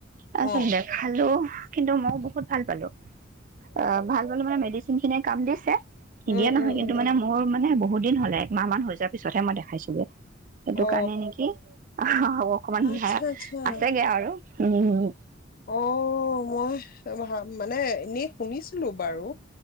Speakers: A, on the right; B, on the left.
A: পাছত
B: অ
A: দেখালো। কিন্তু মইও বহুত ভাল পালো। অ', ভাল পালো মানে মেডি খিনিয়ে কাম দিছে নিদিয়ে
B: উম
A: নহয়
B: উম
A: কিন্তু
B: উম
A: মানে
B: উম
A: মোৰ মানে বহুত বহুত দিন হ'লে, একমাহ মান হৈ যোৱাৰ পিছতহে মই দেখাইছোগে। সেইটো
B: অ
A: কাৰণে নেকি, অ' অকমান
B: আচ্ছা আচ্ছা
A: আছেগে আৰু। উম।
B: অ', মই ভ মানে এনেই শুনিছিলো। বাৰু